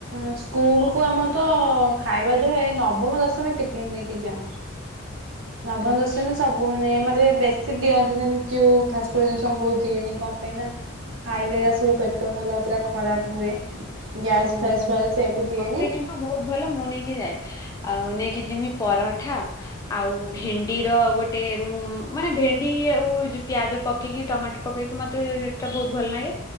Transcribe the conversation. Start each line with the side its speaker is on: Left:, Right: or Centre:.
Right: ଅସ୍କୁଲକୁ ଆମରତ ଖାଇବା ଥୁଏ ନବମ ଦଶମୀ ଟିଫିିନ୍ ନେଇକି ଯାଉ। ନବମ
Left: ଆଚ୍ଛା
Right: ଦଶମୀ ସବୁ ପୁଣି ମତେ ବେଶୀ ଦିଅନ୍ତିନି ଯଉ ଫାଷ୍ଟ ଫୁଡ୍ ଜିନିଷ ମୋବୋଉ ଦିଏନି କଣ ପାଇଁନା ଖାଇଲେ ଏରା ସବୁ ପେଟ ହେଲା ପୁରା ଖରାପ୍ ହୁଏ। ଗ୍ୟାସ୍
Left: ହୁଁ
Right: ଫ୍ୟାସ୍ ବାହାରେ ସେଇଆକୁ ଦିଏନି।
Left: ମତେ କିନ୍ତୁ ବହୁତ୍ ଭଲ ମୁନେଇକି ଯାଏ। ଆଉ ନେଇକି ଯିମି ପରଠା ଆଉ ଭେଣ୍ଡିର ଗୋଟେ ମୁଁ ମାନେ ଭେଣ୍ଡି ଆଉ ପିଆଜ ପକେଇକି ଟମାଟୋ ପକେଇକି ମତେ ସେଟା ବହୁତ୍ ଭଲ ଲାଗେ